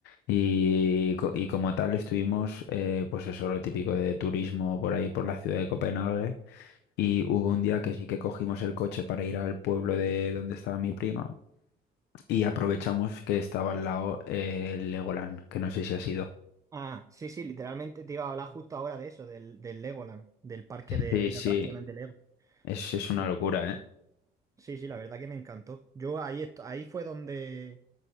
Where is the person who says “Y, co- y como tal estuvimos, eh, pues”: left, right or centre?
Left